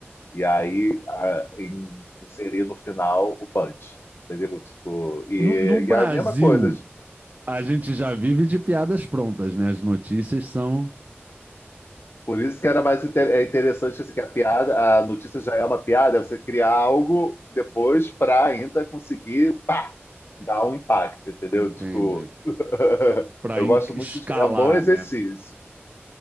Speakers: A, on the left; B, on the right.
A: E aí a- em- inserir no final o punch, entendeu? Tipo, e,
B: No, no Brasil,
A: e a mesma coisa, tipo,
B: a gente já vive de piadas prontas, né? As notícias são,
A: por isso que era mais inter- é interessante assim, que a piada, a notícia já é uma piada, é você criar algo depois para ainda conseguir, pá! dá um impacto, entendeu?
B: entende?
A: Tipo, <laughs>
B: Para
A: eu
B: escalar,
A: gosto muito de. É um bom exercício.
B: né?